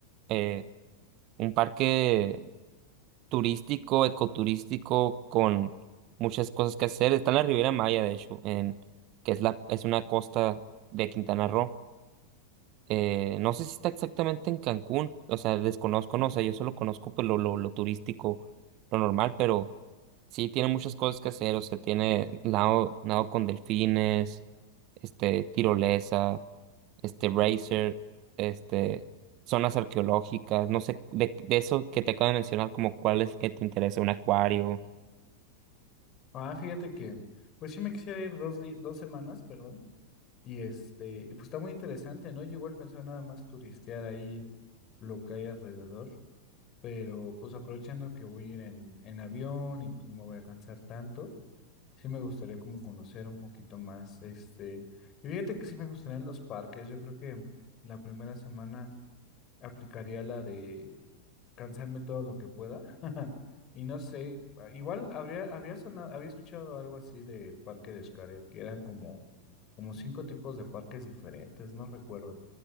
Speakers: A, on the right; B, on the left.
A: eh, un parque turístico, ecoturístico, con muchas cosas que hacer. Está en la Riviera Maya, de hecho, en, que es, la, es una costa de Quintana Roo. Eh, no sé si está exactamente en Cancún, o sea, desconozco, no, o sea, yo solo conozco pues, lo, lo, lo turístico, lo normal, pero sí tiene muchas cosas que hacer, o sea, tiene nado, nado con delfines, este, tirolesa, este, racer, este, zonas arqueológicas, no sé, de, de eso que te acabo de mencionar, como cuál es el que te interesa, un acuario,
B: Ah, fíjate que, pues sí me quisiera ir dos, di- dos semanas, perdón. Y este, y pues está muy interesante, ¿no? Yo igual pensaba nada más turistear ahí lo que hay alrededor, pero pues aprovechando que voy a ir en, en avión y pues no me voy a cansar tanto, sí me gustaría como conocer un poquito más, este. Y fíjate que sí me gustaría en los parques. Yo creo que la primera semana aplicaría la de cansarme todo lo que pueda. <laughs> Y no sé, ah, igual habría, había sonado, había escuchado algo así del parque de Xcaret, que eran como, como cinco tipos de parques diferentes, no recuerdo.